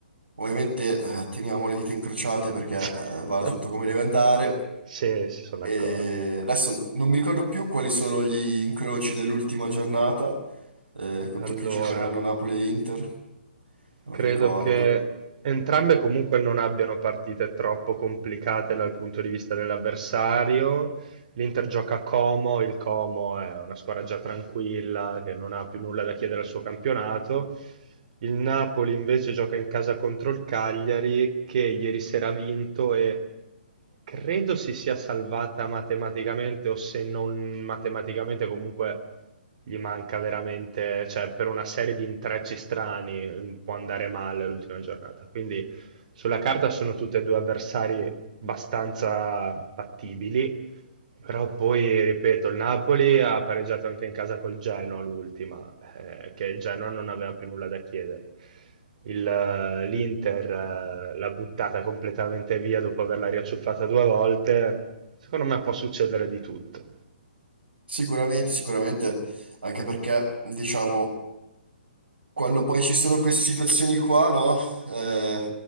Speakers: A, on the right; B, on the right.
A: Ovviamente eh, teniamo le dita incrociate
B: <laughs>
A: perché eh, vada tutto come deve andare.
B: Sì, si sono
A: E
B: d'accordo.
A: adesso non mi ricordo più quali sono gli incroci dell'ultima giornata, eh, contro
B: Allora,
A: chi giocheranno Napoli e Inter, non
B: credo
A: ricordo.
B: che entrambe comunque non abbiano partite troppo complicate dal punto di vista dell'avversario. L'Inter gioca a Como, il Como è una squadra già tranquilla che non ha più nulla da chiedere al suo campionato. Il Napoli invece gioca in casa contro il Cagliari che ieri sera ha vinto e Credo si sia salvata matematicamente o se non matematicamente comunque gli manca veramente, cioè per una serie di intrecci strani eh, può andare male l'ultima giornata. Quindi sulla carta sono tutte e due avversari abbastanza battibili, però poi, ripeto, il Napoli ha pareggiato anche in casa col Genoa l'ultima, eh, che il Genoa non aveva più nulla da chiedere. Il, eh, L'Inter eh, l'ha buttata completamente via dopo averla riacciuffata due volte. Secondo me può succedere di tutto.
A: Sicuramente, sicuramente, anche perché, diciamo, Quando poi ci sono queste situazioni qua, no? Eh,